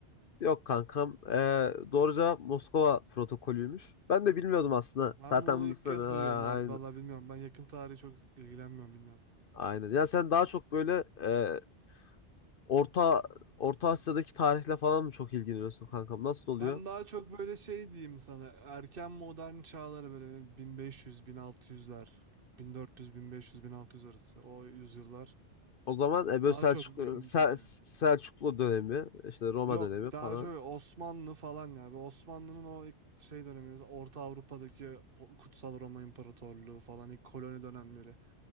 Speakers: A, on the left; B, on the right.
A: Yok kankam. E, doğru cevap Moskova protokolüymüş. Ben de bilmiyordum aslında.
B: Ben
A: Zaten
B: bunu ilk
A: bu soru
B: kez
A: ha,
B: duyuyorum abi.
A: aynen.
B: Vallahi bilmiyorum. Ben yakın tarihi çok ilgilenmiyorum bilmiyorum.
A: Aynen. Ya sen daha çok böyle e, Orta Orta Asya'daki tarihle falan mı çok ilgileniyorsun kankam? Nasıl oluyor?
B: Ben daha çok böyle şey diyeyim sana. Erken modern çağları böyle 1500, 1600'ler. 1400, 1500, 1600 arası. O yüzyıllar.
A: O zaman e, böyle
B: Daha
A: Selçuklu,
B: çok ilgimi
A: Sel-
B: çekiyor.
A: Selçuklu dönemi, işte Roma
B: Yok
A: dönemi
B: daha
A: falan.
B: çok Osmanlı falan ya. Bu Osmanlı'nın o ilk şey dönemi. Orta Avrupa'daki Ho- Kutsal Roma İmparatorluğu falan ilk koloni dönemleri.